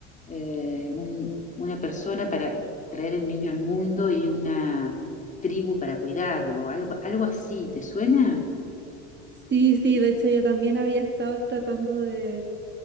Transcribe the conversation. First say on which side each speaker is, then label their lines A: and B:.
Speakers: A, on the left (about 25°); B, on the right (about 35°).
A: eh, un- una persona para traer el niño al mundo y una tribu para cuidarlo, algo, algo así, ¿te suena?
B: Sí, sí, de hecho yo también había estado tratando de,